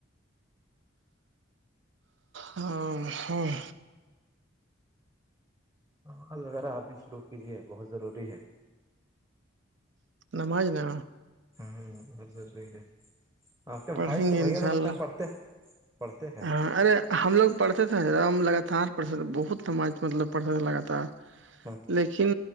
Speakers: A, on the right; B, on the right.
A: ہاں
B: سال وغیرہ آپ نے شروع کیجیے بہت ضروری ہے
A: نماز نا
B: ہاں بی ہے آ
A: پڑھیں
B: بھائی تو
A: گے انشاء
B: بھیا تو
A: اللہ
B: لکا ہے پڑھتے پڑھتے ہیں
A: ہاں ارے ہم لوگ پڑھتے تھے را ہم لگاتار پڑھتے تھے بہت سماج مطلب پڑھتے تھے لگاتار
B: ہاں
A: لیکن